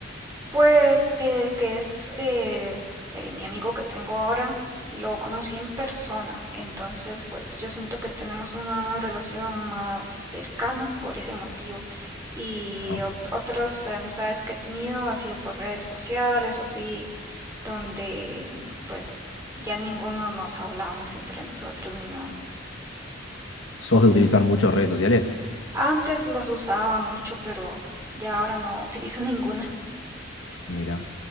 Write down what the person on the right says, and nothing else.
Pues el que es eh, eh, mi amigo que tengo ahora, lo conocí en persona, entonces pues yo siento que tenemos una relación más cercana por ese motivo. Y
ot- otras eh, amistades que he tenido ha sido por redes sociales o así, donde pues ya ninguno nos hablamos entre nosotros ni nada.
Antes las usaba mucho, pero ya ahora no utilizo <laughs> ninguna.